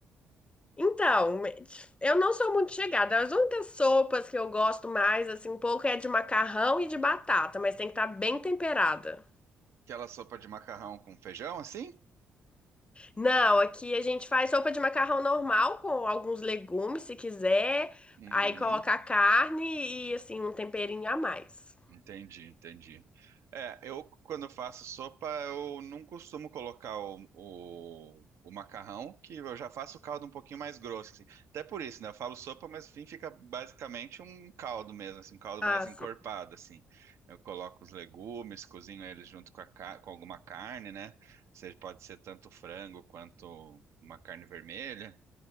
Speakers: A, on the left (about 20°); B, on the right (about 55°).
A: Então, eu não sou muito chegada. As únicas sopas que eu gosto mais, assim, um pouco é de macarrão e de batata, mas tem que estar bem temperada.
B: Aquela sopa de macarrão com feijão, assim?
A: Não, aqui a gente faz sopa de macarrão normal com alguns legumes, se quiser.
B: Uhum.
A: Aí coloca a carne e, assim, um temperinho a mais.
B: Entendi, entendi. É, eu quando faço sopa, eu não costumo colocar o, o, o macarrão, que eu já faço o caldo um pouquinho mais grosso, assim. Até por isso, né? Eu falo sopa, mas enfim, fica basicamente um caldo mesmo, assim, um caldo
A: Ah,
B: mais encorpado,
A: sim.
B: assim. Eu coloco os legumes, cozinho eles junto com, a, ca- com alguma carne, né? Seja, pode ser tanto frango quanto uma carne vermelha.